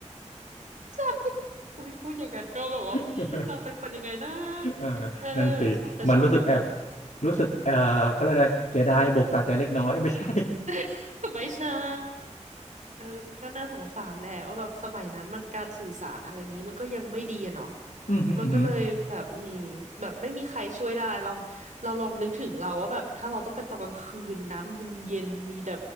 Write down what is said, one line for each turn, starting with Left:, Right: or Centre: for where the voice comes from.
Right: <laughs> อุ้ยพูดอย่างนั้นก็แบบว่าอืมเราเป็นคนยังไงนะ
Left: <laughs> อ่า
Right: เออใช่แต่ชอบดูแบบนั้น
Left: นั่นสิมันรู้สึกแอบรู้สึกเอ่อเขาเรียกอะไรเสียดายบวกสะใจเล็กน้อยไม่ใช่
Right: <laughs> ไม่ใช่เออก็น่าสงสารแหละว่าแบบสมัยนั้นมันการสื่อสารอะไรอย่างนี้มันก็ยังไม่ดีอะเนาะ
Left: อืมอหืมออื้อหือ
Right: มันก็เลยแบบอืมแบบไม่มีใครช่วยได้ลองเราลองนึกถึงเราว่าแบบถ้าเราต้องไปตอนกลางคืนน้ำเย็นๆมีแต่